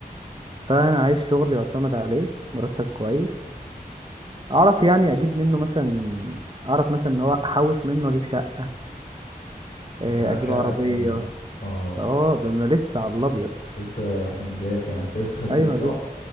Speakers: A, on the right; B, on the left.
A: فانا عايز شغل يعتمد عليه مرتب كويس اعرف يعني اجيب منه مثلا اعرف مثلا ان هو احوش منه اجيب شقة
B: انت
A: آه،
B: مش معاك
A: اجيب
B: شقه
A: عربية
B: كمان اه
A: اه ده انا لسه على الابيض
B: لسه في البدايات يعني انت لسه خريج
A: ايوه
B: صح
A: لسه